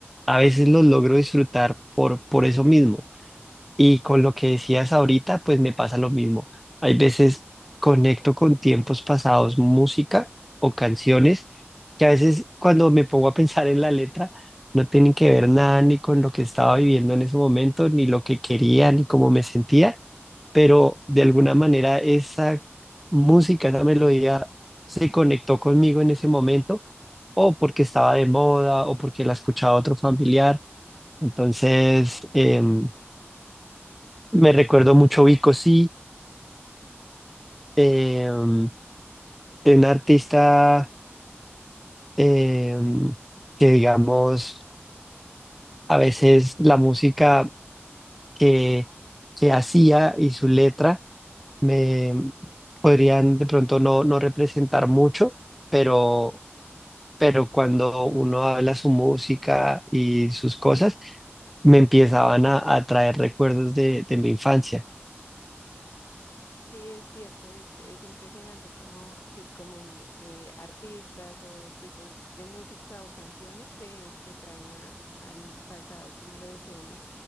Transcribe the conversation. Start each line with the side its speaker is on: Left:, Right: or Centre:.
Centre: a veces los logro disfrutar por, por eso mismo. Y con lo que decías ahorita, pues me pasa lo mismo. Hay veces conecto con tiempos pasados, música o canciones que a veces cuando me pongo a pensar en la letra, no tienen que ver nada ni con lo que estaba viviendo en ese momento, ni lo que quería, ni cómo me sentía pero de alguna manera esa música, esa melodía se conectó conmigo en ese momento, o porque estaba de moda, o porque la escuchaba otro familiar. Entonces, em, me recuerdo mucho Vico Sí, em, de un artista em, que digamos, a veces la música que, que hacía y su letra me podrían de pronto no, no representar mucho, pero, pero cuando uno habla su música y sus cosas, me empezaban a, a traer recuerdos de, de mi infancia.
Left: Sí, es cierto, es, es impresionante como, sí, como eh, artistas o tipos de música o canciones te, te traen a- al pasado, como lo decíamos.